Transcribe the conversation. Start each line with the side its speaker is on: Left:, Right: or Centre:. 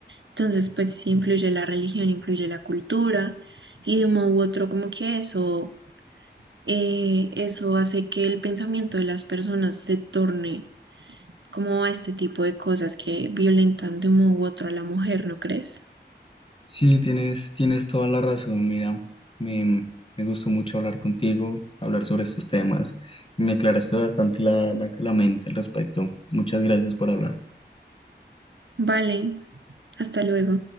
Right: entonces pues sí influye la religión, influye la cultura y de un modo u otro como que eso, eh, eso hace que el pensamiento de las personas se torne como a este tipo de cosas que violentan de un modo u otro a la mujer, ¿no crees?
Left: Sí, tienes, tienes toda la razón, mira, me, me gustó mucho hablar contigo, hablar sobre estos temas, me aclaraste bastante la, la, la mente al respecto, muchas gracias por hablar.
Right: Vale, hasta luego.